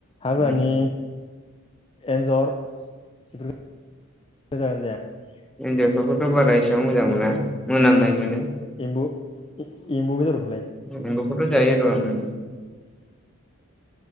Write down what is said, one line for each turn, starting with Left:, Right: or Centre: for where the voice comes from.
Left: हाग्रानि
Centre: उम
Left: एन्जर बेफोर मोजां जाया <unintelligible>
Centre: हिनजावफोरखौथ' बारा एसेबां मोजां मोना मोनामनाय मोनो
Left: एम्बु एम्ब
Centre: एम्बु खौथ' जायो र'आङो